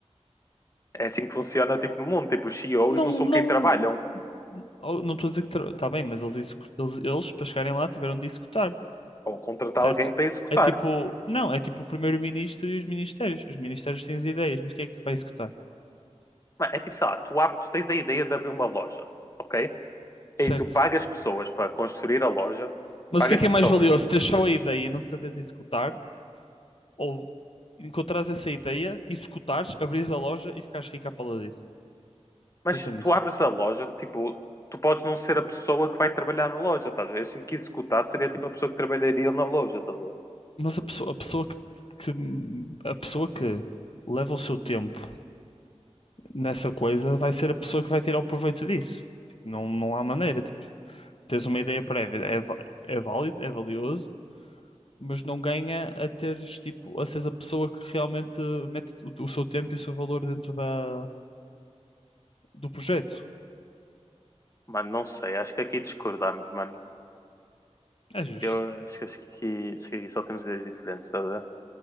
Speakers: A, on the left; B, on the left.
A: É assim que funciona tipo, no mundo. Tipo, os CEOs
B: não,
A: não são
B: não,
A: quem trabalham,
B: não oh, não estou a dizer que está bem, mas eles, execu- eles, eles, para chegarem lá, tiveram de executar,
A: ou contratar
B: certo?
A: alguém para executar.
B: É tipo, não, é tipo o primeiro-ministro e os ministérios. Os ministérios têm as ideias, mas quem é que vai executar?
A: Mano, é tipo, sei lá, tu, abres, tu tens a ideia de abrir uma loja, ok?
B: Certo.
A: aí tu pagas pessoas para construir a loja,
B: Mas
A: pagas
B: o que é que
A: pessoas,
B: é mais valioso? Ter só a ideia e não saberes executar? Ou encontrares essa ideia, executares, abrires a loja e ficares rico à pala disso?
A: mas
B: Pensa nisso.
A: tu abres a loja, tipo, tu podes não ser a pessoa que vai trabalhar na loja, tá a ver? Eu sinto que executar seria tipo a pessoa que trabalharia na loja, tá a ver?
B: Mas a pessoa, a pessoa que, que- a pessoa que leva o seu tempo nessa coisa vai ser a pessoa que vai tirar o proveito disso. Tipo, não, não há maneira. Tipo, tens uma ideia prévia, é, va- é válido, é valioso, mas não ganha a teres, tipo, a seres a pessoa que realmente mete o, o seu tempo e o seu valor dentro da, do projeto.
A: Mano, não sei, acho que aqui discordamos, mano.
B: É justo.
A: Eu acho que, acho que, acho que aqui só temos ideias diferentes, tá a ver?